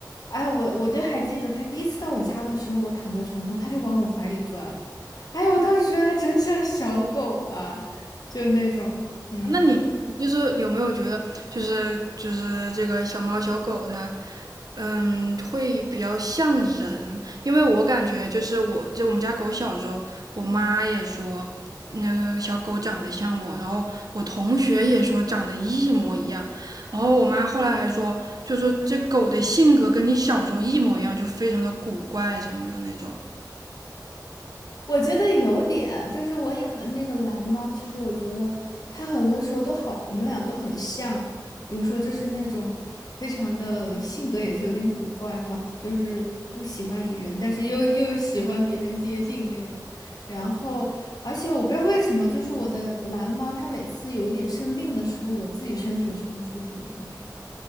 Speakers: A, on the left; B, on the right.
A: 哎，我我就还记得它第一次到我家的时候，我躺在床上，它就往我怀里钻。哎呀，我当时觉得它真像小狗啊，就那种，嗯。
B: 那你就是有没有觉得，就是就是这个小猫小狗它，嗯，会比较像人？因为我感觉就是我，就我们家狗小时候，我妈也说那个小狗长得像我，然后我同学也说长得一模一样，然后我妈后来还说，就说这狗的性格跟你小时候一模一样，就非常的古怪什么的那种。
A: 我觉得有点，就是我养的那个蓝猫，其实我觉得它很多时候都好，我们俩都很像。比如说，就是那种非常的性格也是有点古怪哈，就是不喜欢理人，但是又又喜欢别人接近那种。然后，而且我不知道为什么，就是我的蓝猫，它每次有点生病的时候，我自己身体也是不舒服的状态。